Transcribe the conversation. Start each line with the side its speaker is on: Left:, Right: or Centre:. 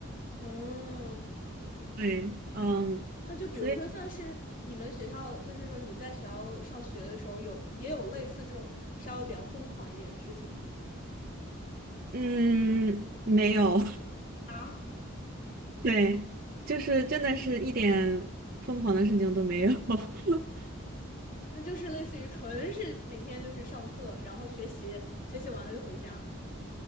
Left: 嗯，
Right: <laughs> 对，嗯，
Left: 那就比如说，
Right: 所以
Left: 像是你们学校，就是说你在学校上学的时候有，也有类似这种稍微比较疯狂一点的事情吗？
Right: 嗯，没有，
Left: 啊，
Right: <laughs> 对，就是真的是一点疯狂的事情都没有，<laughs>
Left: 那就是类似于纯是每天就是上课，然后学习，学习完了就回家。